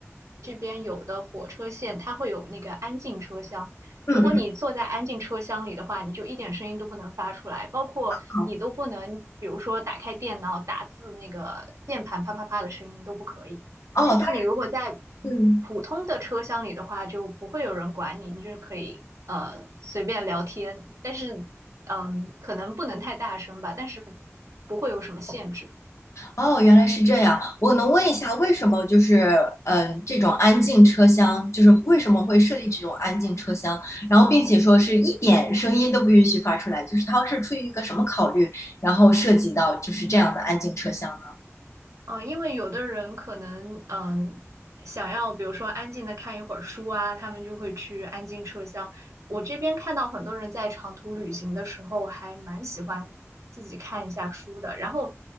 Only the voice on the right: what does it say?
这边有的火车线它会有那个安静车厢，
如果你坐在安静车厢里的话，你就一点声音都不能发出来，包括你都不能，
比如说打开电脑打字那个键盘啪啪啪的声音都不可以。
但是你如果在
普通的车厢里的话，就不会有人管你，你就是可以呃随便聊天，但是嗯，可能不能太大声吧，但是不会有什么限制。
嗯，因为有的人可能嗯想要，比如说安静的看一会儿书啊，他们就会去安静车厢。我这边看到很多人在长途旅行的时候还蛮喜欢自己看一下书的，然后